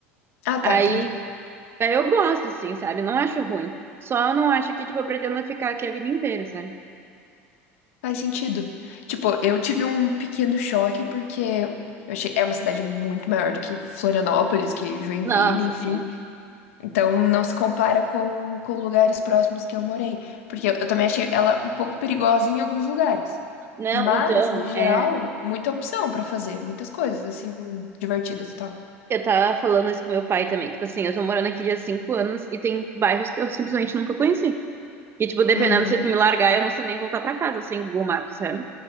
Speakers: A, on the left (about 80°); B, on the right (about 35°).
A: Ah, tá,
B: Aí,
A: entendi.
B: aí eu gosto, assim, sabe? Não acho ruim. Só não acho que, tipo, eu pretendo ficar aqui a vida inteira, sabe?
A: Faz sentido. Tipo, eu tive um pequeno choque porque eu achei, é uma cidade muito maior do que Florianópolis, que Joinville,
B: Nossa,
A: enfim.
B: sim.
A: Então, não se compara com, com lugares próximos que eu morei. Porque eu, eu também achei ela um pouco perigosa em alguns lugares.
B: Não,
A: Mas,
B: então,
A: no geral,
B: é,
A: muita opção pra fazer. Muitas coisas, assim, divertidas e tal.
B: eu tava falando isso com meu pai também. Tipo assim, eu tô morando aqui já há cinco anos e tem bairros que eu simplesmente nunca conheci. Que, tipo, dependendo
A: Uhum.
B: se tu me largar, eu não sei nem voltar pra casa sem Google Maps, sabe?